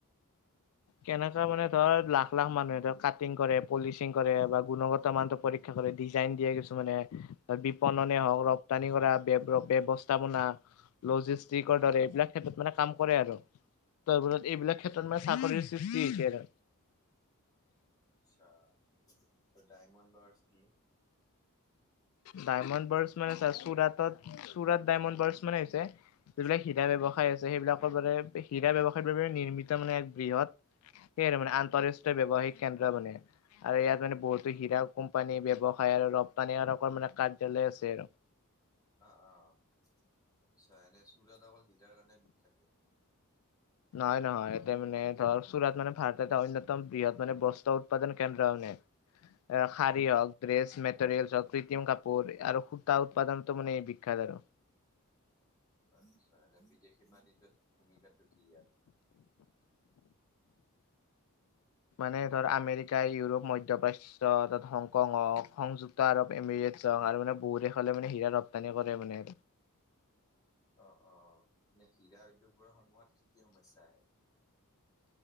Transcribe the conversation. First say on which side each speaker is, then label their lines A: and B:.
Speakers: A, on the left; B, on the left.
A: কেনেকা মানে ধৰ লাখ-লাখ মানুহে ধৰ কাটিং কৰে, পলিচিং কৰে, বা গুণগত মানটো পৰীক্ষা কৰে, ডিজাইন দিয়ে কিছুমানে। বিপণনে
B: অ',
A: হওঁক, ৰপ্তানি কৰা, ব্যৱ-ব্যৱস্থাপনা, লজিষ্টিকৰ
B: অ',
A: দৰে
B: অ'।
A: এইবিলাক ক্ষেত্ৰত মানে কাম কৰে আৰু, ত' এইবোৰত এইবিলাক ক্ষেত্ৰত মানে চাকৰিৰ সৃষ্টি হৈছে আৰু।
B: আচ্ছা, দা ডায়মণ্ড বাৰছ কি?
A: ডায়মণ্ড বাৰছ মানে চা চুৰাটত, চুৰাট ডায়মণ্ড বাৰচ মানে হৈছে যিবিলাক হীৰা ব্যয়ৱসায় আছে, সেইবিলাকৰ বাবে হীৰা ব্যয়ৱসায়ৰ বাবে নিৰ্মিত মানে এক বৃহৎ সেই আৰু মানে আন্তঃৰাষ্ট্ৰীয় ব্যয়ৱসায়িক কেন্দ্ৰ মানে, আৰু ইয়াত মানে বহুতো
B: উম,
A: হীৰা কোম্পানী, ব্যৱসায় আৰু ৰপ্তানি, এনেকুৱা মানে কাৰ্যালয় আছে আৰু।
B: অহ', অহ', অহ'। আচ্ছা এনেই চুৰাট অকল হীৰাৰ কাৰণে বিখ্যাত নেকি?
A: নহয়-নহয়, এতে মানে ধৰ চুৰাত মানে ভাৰতৰ এটা অন্যতম বৃহৎ মানে বস্ত্ৰ উৎপাদন। কেন্দ্ৰ মানে, শাৰী
B: অ',
A: হওঁক ড্ৰেছ মেটেিয়েলচ হওঁক, কৃত্ৰিম কাপোৰ, আৰু সূতা উৎপাদনটো মানে বিখ্যাত আৰু
B: আটচ্ছা, এনে বিদেশী বাণিজ্যত ভূমিকাটো কি ইয়াৰ?
A: মানে ধৰ আমেৰিকা, ইউৰোপ, মধ্যপ্ৰাচ্য, ধৰ হংকং হওক, সংযুক ক্ত আৰব এমিৰেটছ
B: উম,
A: হওক, আৰু মানে বহু দেশলে মানে হীৰা ৰপ্তানি কৰে মানে
B: অ', অ', এনে হীৰা উদ্যোগবোৰৰ সন্মুখত কি কি সমস্যা আহে?